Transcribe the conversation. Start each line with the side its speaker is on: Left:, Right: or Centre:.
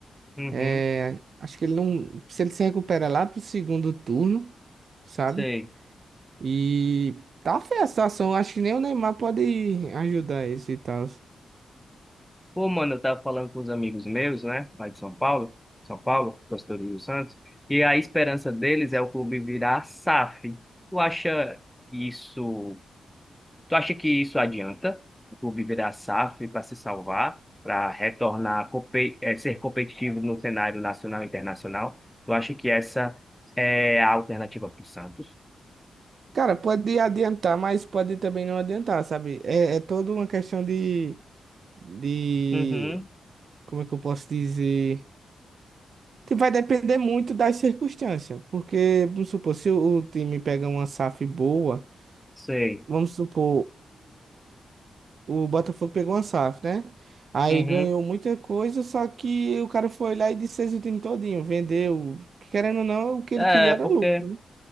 Centre: Uhum,
Right: É, acho que ele não. Se ele se recupera lá pro segundo turno, sabe?
Centre: sei.
Right: E tá feia a situação. Acho que nem o Neymar pode ajudar isso e tal.
Centre: Pô, mano, eu tava falando com os amigos meus, né, lá de São Paulo, São Paulo, torcedores do Santos, e a esperança deles é o clube virar SAF. Tu acha isso, tu acha que isso adianta? O clube virar SAF para se salvar, para retornar, a compe- eh, ser competitivo no cenário nacional e internacional? Tu acha que essa é a alternativa para o Santos?
Right: Cara, pode adiantar, mas pode também não adiantar, sabe? É, é toda uma questão de, de.
Centre: Uhum,
Right: Como é que eu posso dizer? Que vai depender muito das circunstâncias. Porque, vamos supor, se o time pega uma SAF boa,
Centre: sei.
Right: vamos supor, O Botafogo pegou uma SAF, né? Aí
Centre: Uhum.
Right: ganhou muita coisa, só que o cara foi lá e desfez o time todinho, vendeu. Querendo ou não, o que
Centre: É,
Right: ele queria era
Centre: porque
Right: lucro, né?